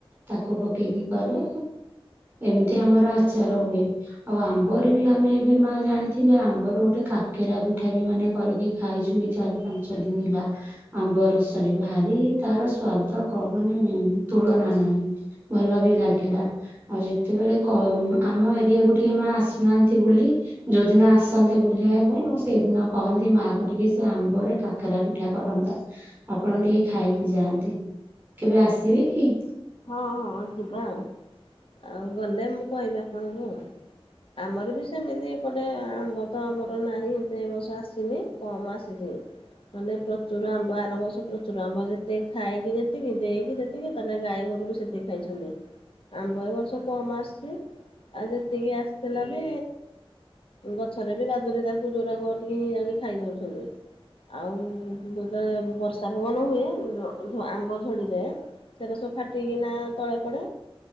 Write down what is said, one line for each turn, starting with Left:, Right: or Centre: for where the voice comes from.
Right: ତାକୁ ପକେଇକି କରେ ଏମିତି ଆମର ଆଚାର ହୁଏ। ଆଉ ଆମ୍ବରେ ବି ଆମେ ଏବେ ମା ଜାଣିଥିବେ ଆମ୍ବର ଗୋଟେ କାକେରା ପିଠା ବି ମାନେ କରିକି ଖାଇଛୁ ଏଇ ଚାରି ପାଞ୍ଚ ଦିନ ହେଲା। ଆମ୍ବ ରସରେ ଭାରି ତାର ସ୍ଵାଦ କହନି। ତୁଳନା ନାହିଁ ଭଲ ବି ଲାଗିଲା ଆଉ ଯେତେବେଳେ କ ଆମ ଏରିଆକୁ ଟିକେ ମା ଆସୁନାହାନ୍ତି ବୁଲି। ଯୋଉଦିନ ଆସନ୍ତେ ବୁଲିବାକୁ ସେଇଦିନ କହନ୍ତି ମା କୁ ଟିକେ ସେ ଆମ୍ବ ରେ କାକେରା ପିଠା କରନ୍ତା। ଆପଣ ଟିକେ ଖାଇକି ଯାଆନ୍ତେ। କେବେ ଆସିବେ କି?
Left: ହଁ ହଁ ଯିବା ଆଉ ଆଉ ଗଲେ ମୁଁ କହିବି ଆପଣଙ୍କୁ। ଆମର ବି ସେମିତି ଏପଟେ ଆମ୍ବ ତ ଆମର ନାହିଁ ଏତେ ଏ ବର୍ଷ ଆସିନି କମ ଆସିଛି। ମାନେ ପ୍ରଚୁର ଆମ୍ବ ଆର ବର୍ଷ ପ୍ରଚୁର ଆମ୍ବ ଯେତେ ଖାଇକି ଯେତିକି ଦେଇକି ଯେତିକି ତା ଗାଈ ଗୋରୁ ବି ସେତିକି ଖାଇଛନ୍ତି ଆମ୍ବ ଏ ବର୍ଷ କମ ଆସିଚି। ଆ ଯେତିକି ଆସିଥିଲା ବି ଗଛରେ ବି ବାଦୁୁରୀ ତାକୁ ଜୋଉରାକ ଟିକେ ଇଏ ହେଇଯାଉଚି ଖାଇ ଦଉଚନ୍ତି। ଆଉ ଯେତେବେଳେ ବର୍ଷା ପବନ ହୁଏ ଜୋଉ ଜୋ ଆମ୍ବ ଝଡ଼ିଯାଏ। ସେରା ସବୁ ଫାଟିକିନା ତଳେ ପଡେ।